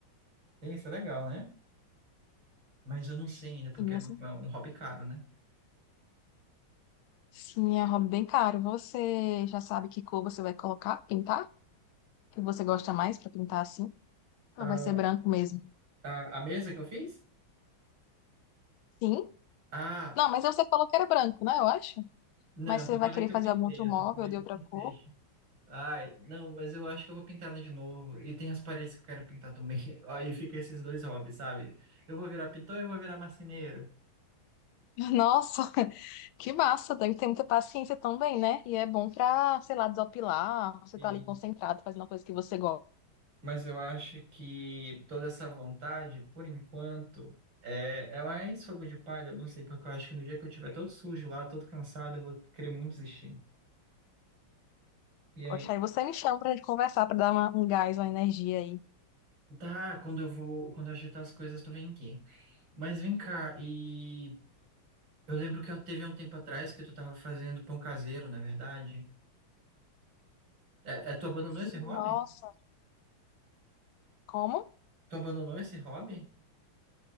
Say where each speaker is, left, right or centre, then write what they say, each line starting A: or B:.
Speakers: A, on the right (about 65°); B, on the left (about 80°).
A: Tem Isso é legal, né? Mas eu não sei ainda, porque
B: Sim,
A: é
B: assim.
A: um, é um hobby caro, né?
B: Sim, é um hobby bem caro. Você já sabe que cor você vai colocar, pintar? Que você gosta mais pra pintar assim?
A: A,
B: Ou vai ser branco mesmo?
A: a, a mesa que eu fiz?
B: Sim.
A: Ah,
B: Não, mas você falou que era branco, né? Eu acho.
A: não,
B: Mas
A: eu
B: você
A: só
B: vai
A: falei
B: querer
A: que eu
B: fazer
A: pintei,
B: algum outro
A: eu
B: móvel
A: só falei
B: de
A: que
B: outra
A: eu pintei.
B: cor?
A: Ai, não, mas eu acho que eu vou pintar ela de novo. E tem as paredes que eu quero pintar também. <laughs> Aí fica esses dois hobbies, sabe? Eu vou virar pintor e eu vou virar marceneiro.
B: <laughs> Nossa, que massa! Deve ter muita paciência também, né? E é bom pra, sei lá, desopilar. Você
A: E-
B: tá ali concentrado, fazendo uma coisa que você gosta.
A: Mas eu acho que toda essa vontade, por enquanto, é, é mais fogo de palha. Eu não sei, porque eu acho que no dia que eu tiver todo sujo lá, todo cansado, eu vou querer muito desistir. E aí,
B: Poxa, aí você me chama pra gente conversar, pra dar uma- um gás, uma energia aí.
A: tá, quando eu vou, quando eu ajeitar as coisas, tu vem aqui. Mas vem cá, e eu lembro que eu teve um tempo atrás que tu tava fazendo pão caseiro, não é verdade? É, é, tu abandonou
B: Sim,
A: esse hobby?
B: nossa. Como?
A: Tu abandonou esse hobby?